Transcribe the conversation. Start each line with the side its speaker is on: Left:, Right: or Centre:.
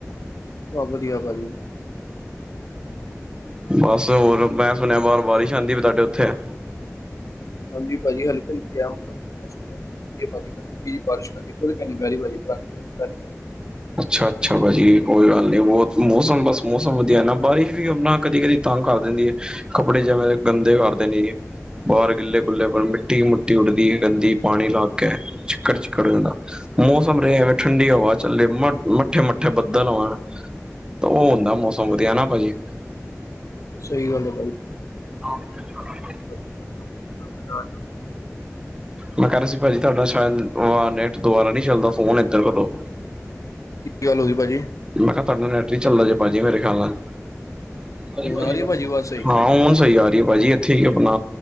Left: ਬਹੁਤ ਵਧੀਆ ਭਾਜੀ।
Right: ਬਸ, ਹੋਰ ਮੈਂ ਸੁਣਿਆ ਬਾਹਰ ਬਾਰਿਸ਼ ਆਉਂਦੀ ਪਈ ਤੁਹਾਡੇ ਓਥੇ।
Left: ਹਾਂਜੀ ਭਾਜੀ ਹਲਕੀ- ਹਲਕੀ ਹੈ ਮਤਲਬ ਬੱਸ ਏ ਭਾਜੀ ਬਾਰਸ਼ ਪੈਂਦੀ <unintelligible> <unintelligible>
Right: ਅੱਛਾ- ਅੱਛਾ ਭਾਜੀ, ਕੋਈ ਗੱਲ ਨੀ ਬਹੁਤ ਮੌਸਮ ਬਸ ਮੌਸਮ ਵਧੀਆ ਨਾ ਬਾਰਿਸ਼ ਵੀ ਆਪਣਾ ਕਦੀ ਕਦੀ ਤੰਗ ਕਰ ਦਿੰਦੀ ਏ ਕੱਪੜੇ ਜੈਵੇਂ ਗੰਦੇ ਕਰ ਦਿੰਦੇ ਏ। ਬਾਹਰ ਗਿੱਲੇੇ- ਗੁੱਲੇ ਮਿੱਟੀ-ਮੁਿੱਟੀ ਉੱਡਦੀ ਗੰਦੀ ਪਾਣੀ ਲੱਗ ਕੇ ਚਿੱਕੜ-ਚਿੱਕੜ <unintelligible> ਮੌਸਮ ਰਹੇ ਐਵੇਂ ਠੰਡੀ ਹਵਾ ਚੱਲੇ। ਮ ਮੱਠੇ- ਮੱਠੇ ਬੱਦਲ ਹੋਣ ਤ ਉਹ ਹੁੰਦਾ ਮੌਸਮ ਵਧੀਆ ਹੈਨਾ ਭਾਜੀ?
Left: ਸਹੀ ਗੱਲ ਹੈ ਬਾਈ।
Right: <unintelligible>
Left: <unintelligible>
Right: ਮੈਂ ਕਹਿ ਰਿਹਾ ਸੀ ਭਾਜੀ ਤੁਹਾਡਾ ਸ਼ਾਇਦ ਓ ਆ ਨੈਟ ਦੁਬਾਰਾ ਨਹੀਂ ਚੱਲਦਾ ਫੋਨ ਐਧਰ ਕਰੋ।
Left: ਕੀ ਗੱਲ ਹੋ ਗੀ ਭਾਜੀ?
Right: ਮੈਂ ਕਿਹਾ ਤੁਹਾਡਾ ਨੈਟ ਨੀ ਚੱਲਦਾ ਜੇ ਭਾਜੀ ਮੇਰੇ ਖਿਆਲ ਨਾਲ। <unintelligible>
Left: ਹੁਣ ਆ ਰਹੀ ਹੈ ਭਾਜੀ ਆਵਾਜ਼ ਸਹੀ।
Right: ਹਾਂ ਹੁਨ ਸਹੀ ਆ ਰਹੀ ਹੈ ਭਾਜੀ ਇਹ। ਥੀ ਆਪਨਾ